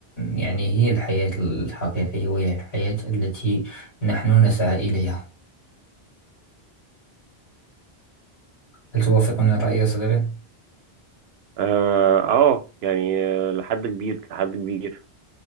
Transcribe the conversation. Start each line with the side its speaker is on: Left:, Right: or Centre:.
Left: يعني هي الحياة الحقيقية وهي الحياة التي نحن نسعى إليها هل توافقني الرأي يا صديقي؟
Right: اه, آه يعني آه، لحد كبير لحد كبير